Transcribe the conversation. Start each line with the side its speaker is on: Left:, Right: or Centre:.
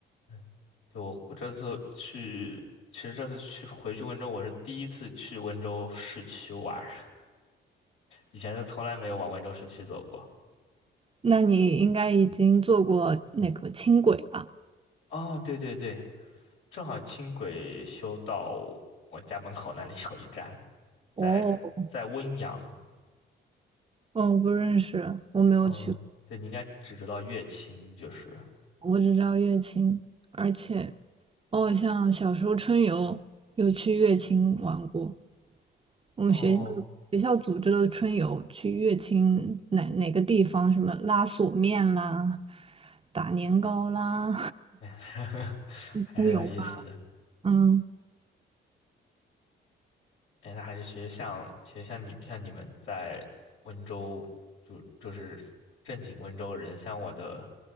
Left: 嗯就我我这次去，其实这次去回去温州，我是第一次去温州市区玩儿以前是从来没有往温州市区走过。
Right: 那你应该已经坐过那个轻轨吧？
Left: 哦，对对对，正好轻轨修到我家门口那里有一站，在在温阳，
Right: 哦，嗯，我不认识，我没有去
Left: 嗯，对，你应该只知道乐清就是。
Right: 过，我只知道乐清，而且哦，像小时候春游有去乐清玩过，我们学校学校组织了春游去乐清哪哪个地方，
Left: 哦，
Right: 什么拉锁面啦、打年糕啦，
Left: <laughs>
Right: <laughs>
Left: 还是有意思的。
Right: 春游吧，嗯。
Left: 哎，那还是其实像其实像你像你们在温州，就就是正经温州人，像我的